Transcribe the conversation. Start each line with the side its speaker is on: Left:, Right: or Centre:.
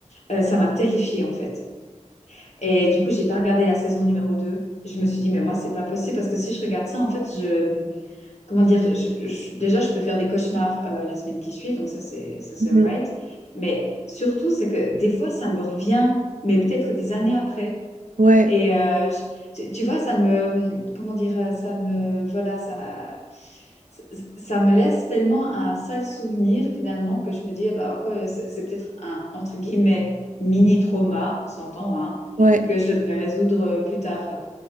Left: euh, ça m'a terrifiée en fait. Et du coup, j'ai pas regardé la saison numéro deux Je me suis dit, mais moi, c'est pas possible parce que si je regarde ça, en fait, je, comment dire, je- je- déjà, je peux faire des cauchemars euh, la semaine qui suit, donc ça, c'est, ça, c'est
Right: Mhm.
Left: alright. Mais surtout, c'est que des fois, ça me revient, mais peut-être des années après.
Right: Ouais,
Left: Et euh, je- tu vois, ça me, comment dire, ça me, voilà, ça, ça, ça me laisse tellement un sale souvenir finalement que je me dis, ah bah, ok, c'est c'est peut-être un, entre guillemets, mini-trauma, on s'entend, hein,
Right: ouais.
Left: que je devrais résoudre euh, plus tard.